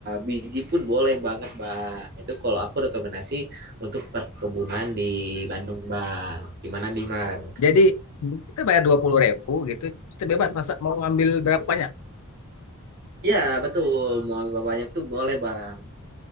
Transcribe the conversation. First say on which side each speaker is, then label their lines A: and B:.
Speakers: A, on the right; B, on the left.
A: biji pun boleh banget, Bang. Nah, Itu kalau aku rekomendasi untuk perkebunan di Bandung, Bang. Gimana nih, Bang?
B: Jadi kita bayar dua puluh ribu gitu, kita bebas masa mau ambil berapa banyak.
A: Ya, betul. Mau lebih banyak tuh boleh, Bang.